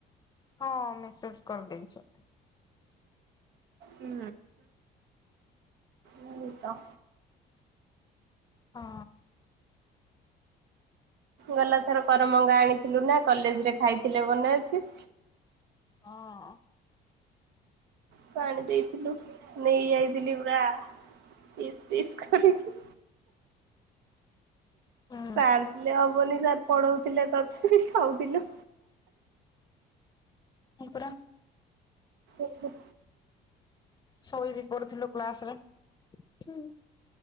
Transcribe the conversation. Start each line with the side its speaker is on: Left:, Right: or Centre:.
Left: ହଁ ମେସେଚ କରିଦେଇଚି।
Right: ହୁଁ ହଁ <unintelligible> ତ
Left: ହଁ।
Right: ଗଲାଥର କରମଙ୍ଗା ଆଣିଥିଲୁ ନା କଲେଜରେ ଖାଇଥିଲେ ମନେ ଅଛି।
Left: ହଁ
Right: ପାଣି ଦେଇଥିଲୁ ନେଇ ଯାଇଥିଲି ପୁରା ପିସ୍ ପିସ୍ ଖରିକି।
Left: ହୁଁ
Right: ସାରଲେ ହବନି। ସାର ପଢଉଥିଲେ ତଥାବି ଖାଉଥିଲୁ।
Left: ମୁ ପୁରା।
Right: ଓହୋ।
Left: ଶୋଇ ବି ପଡୁଥିଲୁ କ୍ଲାସରେ। ହୁଁ।